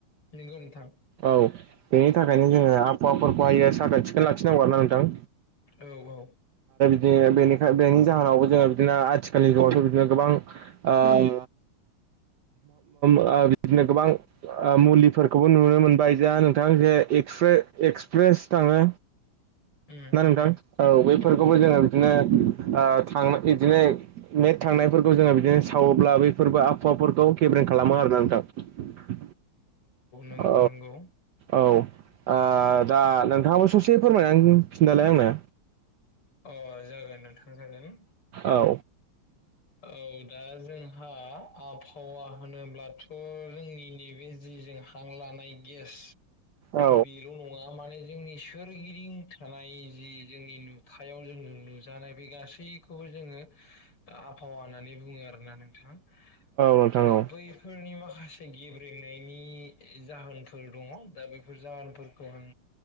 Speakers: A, on the left; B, on the right.
A: नंगौ नोंथां
B: औ बेनि थाखायनो जोङो
A: उम
B: आबहावाफोरखौहायो साखोन सिखोन लाखिनांगौ आरोना नोंथां
A: औ औ
B: बिदि बेनिखाय बेनि जाहोनावबो जोङो बिदिनो आथिखालनि जुगावथ' बिदिनो गोबां ओम बिदिनो गोबां आ मुलिफोरखौ नुनो मोनबाय जों नोंथां जे एकसप्रे एक्सप्रेस थाङो
A: उम
B: ना
A: उम
B: नोंथां
A: उम
B: औ बेफोरखौबो
A: औ
B: जोङो
A: औ
B: बिदिनो आ थां बिदिनो मेट थांनायफोरखौ जोङो बिदिनो सावोब्ला बैफोरबो आबहावाफोरखौ गेब्रें खालामो आरोना नोंथां
A: नंगौ
B: औ
A: नंगौ
B: औ ओ दा नोंथाङाबो ससे फोरमायनानै खिनथालाय आंनो
A: अ जागोन नोंथां जागोन
B: औ
A: औ दा जोंहा आबहावा होनोब्लाथ' जोंनि नैबे जि जों हां लानाय गेस
B: औ
A: बेल' नङा माने जोंनि सोरगिदिं थानाय जि जोंनि नुथायाव जों नुजानाय बे गासैखौबो जोङो आब हावा होननानै बुङो आरोना नोंथाङा
B: नोंथां
A: दा
B: औ
A: बैफोरनि माखासे माखासे गेब्रेंनायनि जाहोनफोर दङ दा बेफोर जाहोनफोरखौ आं